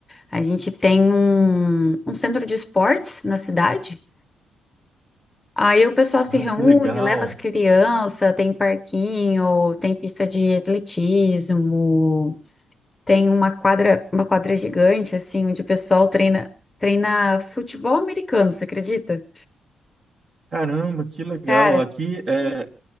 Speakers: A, on the left (about 20°); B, on the right (about 45°).
A: A gente tem um, um centro de esportes na cidade. Aí o pessoal se
B: Ah,
A: reúne,
B: que legal!
A: leva as crianças, tem parquinho, tem pista de atletismo. Tem uma quadra, uma quadra gigante, assim, onde o pessoal treina, treina futebol americano, você acredita?
B: Caramba, que legal!
A: Cara,
B: Aqui, é,